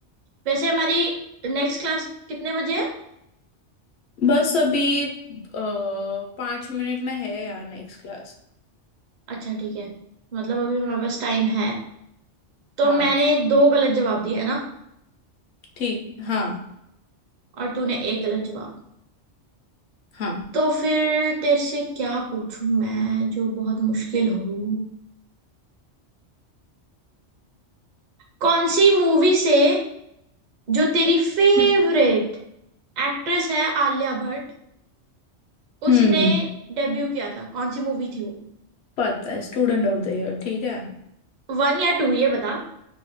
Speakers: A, on the right; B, on the left.
A: वैसे हमारी नेक्स्ट क्लास कितने बजे है
B: बस अभी अ, पांच मिनट में है यार नेक्स्ट क्लास
A: अच्छा ठीक है मतलब अभी हमारे पास टाइम है तो
B: हाँ
A: मैंने दो गलत जवाब दिए है ना
B: ठीक हाँ
A: और तूने एक गलत जवाब
B: हाँ
A: तो फिर तेरे से क्या पूछूं मैं जो बहुत मुश्किल हो कौन सी मूवी से जो तेरी फेवरेट
B: हम्म
A: एक्ट्रेस है आलिया भट्ट उसने
B: हम्म,
A: डेब्यू किया था कौन सी मूवी थी वो
B: पता है स्टूडेंट ऑफ द ईयर ठीक है
A: वन या टू ये बता